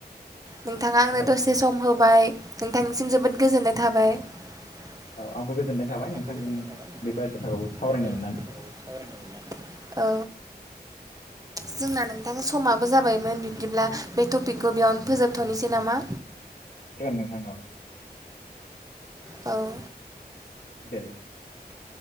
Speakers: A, on the right (about 20°); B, on the left (about 50°).
A: नोंथाङा आंनो
B: औ
A: दसे सम होब बाय नोंथांनिसिम जोबोद गोजोननाय थाबाय। औ
B: आंबो गोजोननाय थाबाय नोंथांजों
A: आंबो गोजोननाय थाबाय नोंथांजों
B: बेफोर बाथ्राखौ सावरायनो
A: बेबायदि
B: मोननानै
A: खोथाखौ सावरायनो मोननानै औ <inaudible> जोंना नोंथां समाबो जाबायमोन बिब्दिब्ला बे टपिकखौ बेयावनो फोजोबथनोसै नामा
B: जागोन नोंथां <unintelligible>
A: औ
B: दे बिदिब्ला नोंथां।